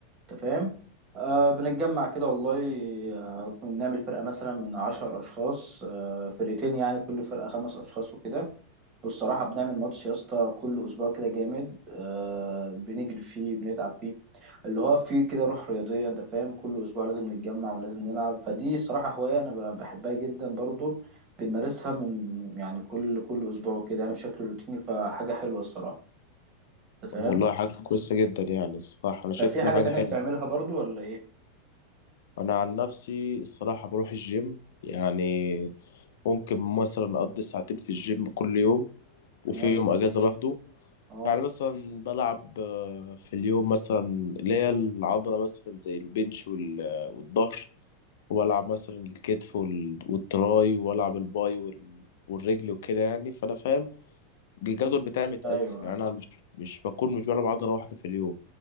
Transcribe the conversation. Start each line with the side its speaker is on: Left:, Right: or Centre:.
Right: انت فاهم آه بنتجمع كده والله آه بنعمل فرقة مثلا من عشر أشخاص آه فرقتين يعني كل فرقة خمس أشخاص وكده والصراحة بنعمل ماتش يا اسطى كل أسبوع كده جامد آه بنجري فيه بنتعب فيه اللي هو فيه كده روح رياضية أنت فاهم كل أسبوع لازم نتجمع ولازم نلعب فدي الصراحة هواية أنا ب- بحبها جدا برضو بنمارسها من يعني كل كل أسبوع كده يعني بشكل روتيني فحاجة حلوة الصراحة أنت فاهم
Left: والله حاجة كويسة جدا يعني الصراحة أنا شايف
Right: طب في حاجة
Left: إنها حاجة
Right: تانية
Left: حلوة
Right: بتعملها برضو ولا إيه؟
Left: أنا عن نفسي الصراحة بروح الجيم يعني ممكن مثلا أقضي ساعتين في الجيم كل يوم
Right: تمام
Left: وفي يوم أجازة باخده
Right: أه
Left: يعني مثلا بلعب آه، في اليوم مثلا اللي هي العضلة مثلا زي البنش وال- آه، والظهر وبلعب مثلا الكتف وال- والتراي وبلعب الباي وال- والرجل وكده يعني فأنا فاهم الجدول بتاعي متقسم
Right: أيوه
Left: يعني
Right: أيوه
Left: أنا مش مش بكون مش بلعب عضلة واحدة في اليوم